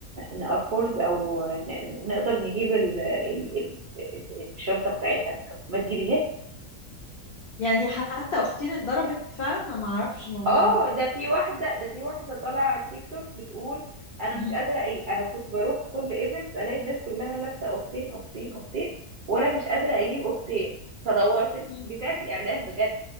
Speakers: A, on the right (about 80°); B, on the left (about 55°).
A: نأفورد أو ن- ن- نقدر نجيب ال ال ال ال الشنطة بتاعتها ما تجيبيهاش
B: يعني حتى اختين اتضربت فعلا انا ما اعرفش الموضوع
A: اه
B: ده
A: ده في واحدة ده في واحدة طالعة على التيك توك بتقول انا
B: مم،
A: مش قادرة اي انا كنت بروح كل ايفنت الاقي الناس كلها لابسة اختين اختين اختين وانا مش قادرة اجيب اختين فدورت ال-
B: مم،
A: بتعمل اعلان بجد